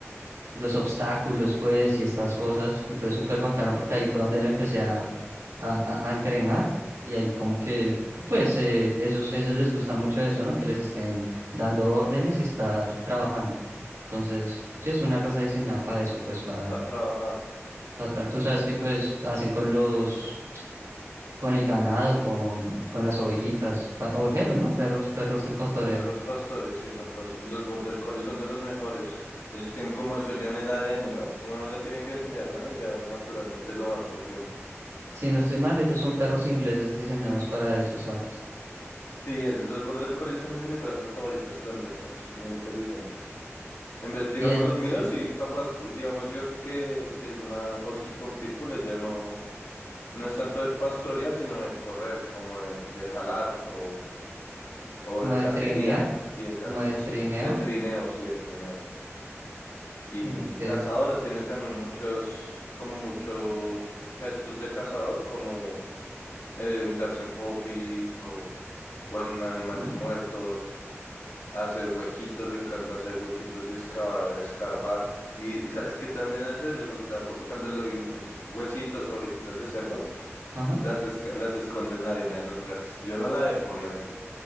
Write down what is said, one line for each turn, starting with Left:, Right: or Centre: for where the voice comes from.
Right: los obstáculos, pues, y estas cosas. Entonces, súper bacano porque ahí fue donde le empecé a, a, a- a entrenar y ahí como que, pues, eh, ellos, ellos les gusta mucho eso, ¿no? Que les estén dando órdenes y estar trabajando. Entonces, sí, es una raza diseñada para eso, pues, para,
Left: para trabajar.
Right: para atrás. Tú sabes que, pues, hacen con los, con el ganado, con, con las ovejitas, pa- ovejeros, ¿no? Perros, perros de pastoreo.
Left: Perros pastores, sí, son pastores. Y los border collies son de los mejores. Ellos tienen como eso ya en el ADN, ¿no? Uno no le tiene que enseñar nada y ya naturalmente lo van cogiendo.
Right: Si no estoy mal, ellos son perros ingleses diseñados para eso, exacto.
Left: Sí, es, los border collies son de mis razas favoritas también, son s- muy inteligentes. En vez, digamos,
Right: Y ella,
Left: los míos,
Right: sí.
Left: sí, capaz, digamos, yo aquí que, que es una husky con pitbull, ya no, no es tanto de pastorear, sino de correr, como de, de jalar o, o
Right: como
Left: de cacería
Right: de trinear,
Left: y de cacería,
Right: como de
Left: sí,
Right: trineo.
Left: de trineo, sí, de trineo. Y
Right: okay,
Left: cazadora tiene también muchos, como muchos gestos de cazador, como eh, untarse en popis o, o en animales
Right: ujú,
Left: muertos, hacer huequitos, le encanta hacer huequitos y escavar, escarbar. Y, y sabes que también a veces le gusta, gu- cuando le doy r- huesitos o orejitas de cerdo,
Right: Ajá.
Left: las, esca- las esconde en la arena de los gatos. Yo no la dejo, obviamente,